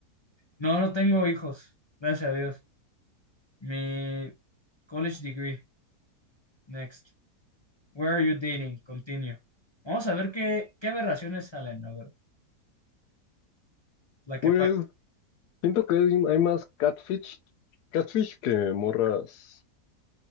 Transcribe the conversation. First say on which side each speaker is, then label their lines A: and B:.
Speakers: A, on the left (about 35°); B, on the left (about 75°).
A: no, no tengo hijos, gracias a Dios. Mi college degree, next. Where are you dating? Continue. Vamos a ver qué, qué aberraciones salen, a ver, la
B: Pues
A: que pague.
B: siento que hay, hay más catfish, catfish que morras